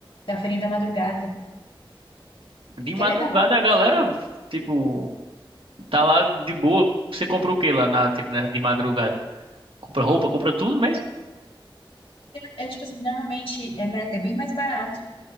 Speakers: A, on the left (about 75°); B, on the right (about 75°).
A: Da feirinha da madrugada,
B: De
A: que
B: madrugada
A: é legal. né?
B: a galera, tipo, tá lá de boa. Você compra o que lá na, tipo, né, de madrugada? Compra roupa, compra tudo mesmo?
A: É tipo assim, normalmente é, me- é bem mais barato.